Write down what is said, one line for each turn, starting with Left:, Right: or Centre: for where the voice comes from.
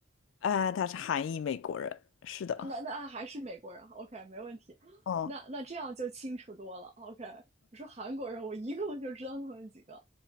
Left: 哎，她是韩裔美国人，是的，
Right: 那那还是美国人，OK，没问题。
Left: 嗯，
Right: 那那这样就清楚多了，OK。我说韩国人，我一共就知道他们几个，